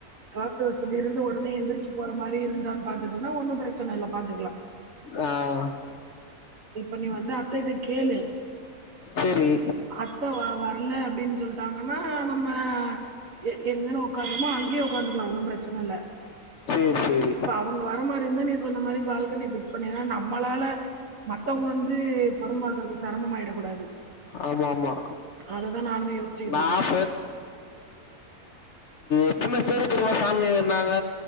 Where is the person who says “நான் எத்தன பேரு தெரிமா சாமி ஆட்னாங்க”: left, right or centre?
Left